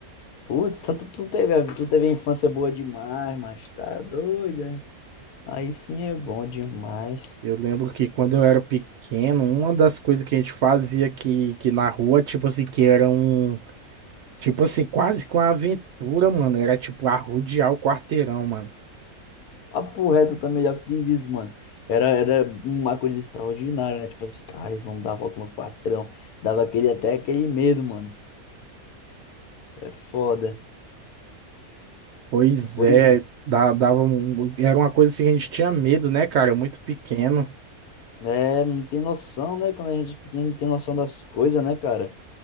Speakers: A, on the left (about 80°); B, on the right (about 65°).
A: Putz, tanto tu teve, a- tu teve a infância boa demais, mas tá doida. Aí sim é bom demais.
B: Eu lembro que quando eu era pequeno, uma das coisas que a gente fazia que, que na rua, tipo assim, que era um, tipo assim, quase com uma aventura, mano, era tipo arrodear o quarteirão, mano.
A: Papo reto, eu também já fiz isso, mano. Era, era uma coisa extraordinária, né? Tipo assim, cara, vamos dar a volta no patrão Dava aquele, até aquele medo, mano. É foda.
B: Pois
A: Pois
B: é, dá- dava um, era uma coisa assim que a gente tinha medo, né, cara? Muito pequeno.
A: é, não tem noção, né? Quando a gente é pequeno, não tem noção das coisas, né, cara?